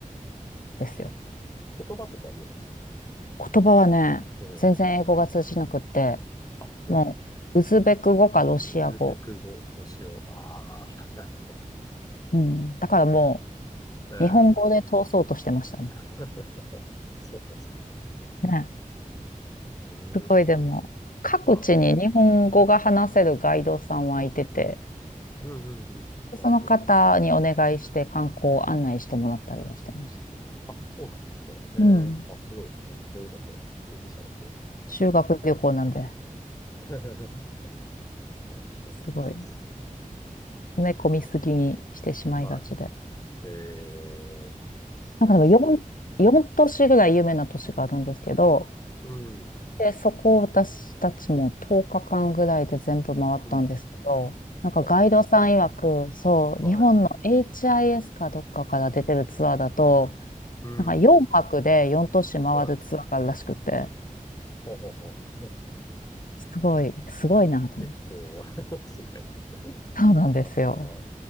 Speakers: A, on the left; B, on the left.
A: ですよ。
B: 言葉とかはどうなんですか
A: 言葉はね、
B: ええ
A: 全然英語が通じなくって、
B: あ、そうなんですね。
A: もう、ウズベク語かロシア語。
B: ウズベク語を使用。ああ、なるほど。
A: うん。だからも
B: ええ。
A: う、日本語で通そうとしてましたね。
B: <laughs> そうなんですか。
A: ね。
B: うん、
A: すごいでも、各地に日本語が話せるガイドさんはいてて、
B: はい。うんうんうん。なるほど。
A: その方にお願いして観光を案内してもらったりはしてまし
B: あ、そうなんですね。ええ、
A: た。うん。
B: あ、すごいです。ちゃんとそういうのも準備されて。
A: 修学旅行なんで、
B: <laughs> なるほど。
A: すごい、
B: さすが。
A: 詰
B: そ
A: め込みすぎにしてしまいがちで。
B: うなのはい。ええ、すごいですね。
A: なんかでも4、4都市ぐらい有名な都市があるんですけど、
B: うん、
A: で、そこを私たちも10日間ぐらいで全部回ったんですけど、
B: うん。
A: なんかガイドさん曰く、
B: あ、そうなんです。
A: そう、
B: はい。
A: 日本の HIS かどっかから出てるツアーだと、
B: うん、
A: なんか4泊で4都市回るツアーがあるらしくて、
B: はい。ほうほうほう。
A: すごい、すごいなと。
B: <laughs> 結構、あれですね。<laughs>
A: そうなんですよ。
B: なかなか